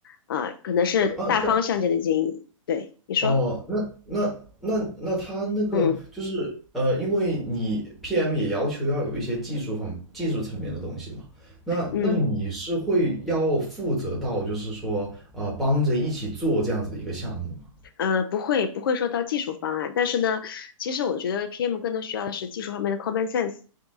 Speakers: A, on the left (about 40°); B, in the centre.
A: 啊，可能是大方向性的建议，
B: 啊，但
A: 对，你说，
B: 哦，那那那那他那个就是呃，
A: 嗯
B: 因为你 PM 也要求要有一些技术方技术层面的东西嘛，那那你是会要负责到就是说呃，
A: 嗯。
B: 帮着一起做这样子的一个项目吗？
A: 呃，不会不会说到技术方案，但是呢，其实我觉得 PM 更多需要的是技术方面的 common sense。